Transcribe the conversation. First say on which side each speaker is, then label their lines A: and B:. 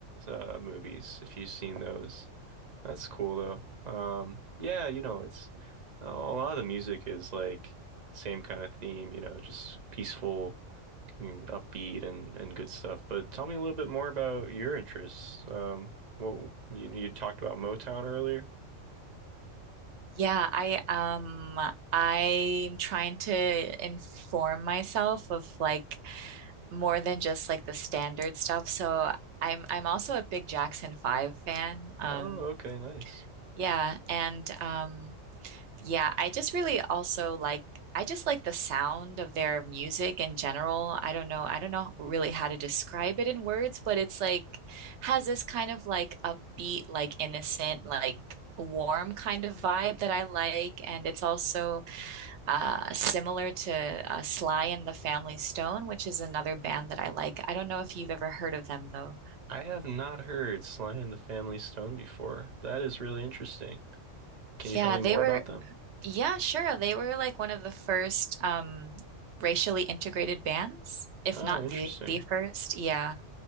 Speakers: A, on the right; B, on the right.
A: uh movies, if you've seen those. That's cool though. Um, yeah, you know, it's a lot of the music is like same kind of theme, you know, just peaceful and upbeat and and good stuff. But tell me a little bit more about your interests. Um, well, you you talked about Motown earlier.
B: Yeah, I um I'm trying to inform myself of like more than just like the standard stuff. So I'm I'm also a big Jackson 5 fan. Um
A: Oh, okay, nice.
B: yeah, and um yeah, I just really also like I just like the sound of their music in general. I don't know, I don't know really how to describe it in words, but it's like has this kind of like upbeat, like innocent, like warm kind of vibe that I like. And it's also uh similar to uh, Sly and the Family Stone, which is another band that I like. I don't know if you've ever heard of them though.
A: I have not heard Sly and the Family Stone before. That is really interesting. Can you
B: Yeah,
A: tell me
B: they
A: more
B: were
A: about them?
B: Yeah, sure. They were like one of the first um, racially integrated bands, if
A: Oh,
B: not
A: interesting.
B: the the first. Yeah.